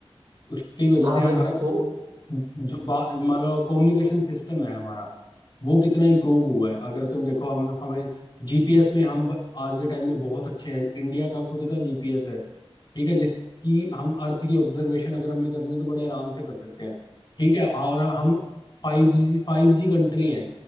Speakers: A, on the left; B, on the right.
A: उसकी वजह
B: हाँ
A: से हमारा
B: भाई वो
A: जो बा- मान लो कम्युनिकेशन सिस्टम है हमारा वो कितना इम्प्रूव हुआ है अगर तुम देखो हम हमें जीपीएस में हम ब- आज के टाइम में बहुत अच्छे हैं इंडिया का खुद का जीपीएस है ठीक है जिसकी हम अर्थ की ऑब्जर्वेशन अगर हमें करनी है तो बड़े आराम से कर सकते हैं ठीक है और हम फाइव जी फाइव जी कंट्री हैं